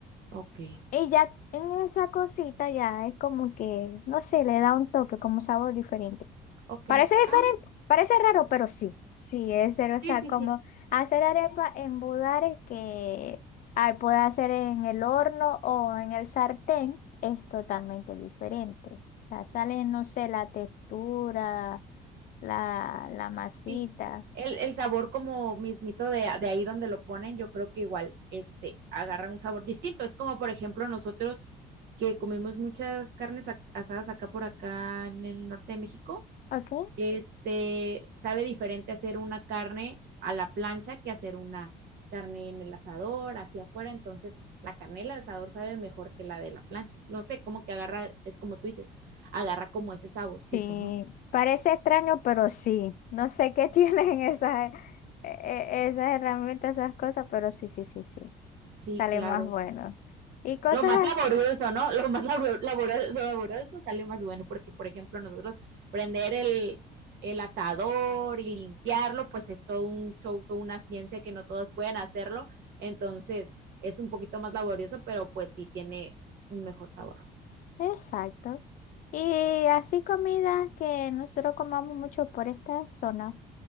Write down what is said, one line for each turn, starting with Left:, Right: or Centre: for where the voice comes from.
Right: ok,
Left: Y ya en esa cosita ya es como que, no sé, le da un toque, como sabor diferente.
Right: ok.
Left: Parece diferente,
Right: Ah,
Left: parece raro, pero sí, sí es cero. O sea,
Right: sí, sí,
Left: como
Right: sí.
Left: hacer arepa en budare que ay, puede hacer en el horno o en el sartén es totalmente diferente. O sea, sale, no sé, la textura, la, la masita.
Right: Sí, el, el sabor como mismito de, a- de ahí donde lo ponen, yo creo que igual este, agarran un sabor distinto. Es como, por ejemplo, nosotros que comemos muchas carnes ac- asadas acá por acá en el norte de México,
Left: ¿Ok?
Right: este, sabe diferente hacer una carne a la plancha que hacer una carne en el asador, hacia afuera. Entonces, la carne del asador sabe mejor que la de la plancha. No sé, como que agarra, es como tú dices, agarra como ese saborcito,
Left: Sí,
Right: ¿no?
Left: parece extraño, pero sí. No sé qué <laughs> tienen esas, e- e- esas herramientas, esas cosas, pero sí, sí, sí, sí.
Right: Sí,
Left: Sale
Right: claro.
Left: más bueno. Y cosas
Right: Lo más laborioso, ¿no? Lo más labor- labor- laborioso sale más bueno porque, por ejemplo, nosotros prender el, el asador y limpiarlo, pues es todo un show, toda una ciencia que no todos pueden hacerlo. Entonces, es un poquito más laborioso, pero pues sí tiene un mejor sabor.
Left: Exacto. Y así comidas que nosotros comamos mucho por esta zona.